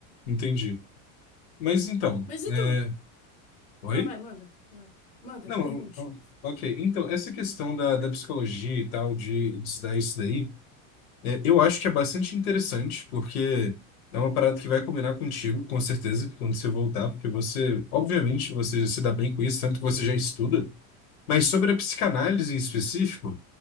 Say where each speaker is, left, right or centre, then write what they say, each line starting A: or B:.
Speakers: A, on the left; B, on the left.
A: Entendi. Mas então.
B: Mas e
A: É...
B: tu?
A: Oi?
B: Não, vai, manda. Coral. Manda,
A: Não,
B: pergunte.
A: então, ok. Então, essa questão da, da psicologia e tal, de, de estudar isso daí, é, eu acho que é bastante interessante, porque é uma parada que vai combinar contigo, com certeza, quando você voltar, porque você, obviamente, você se dá bem com isso, tanto que você já estuda. Mas sobre a psicanálise em específico,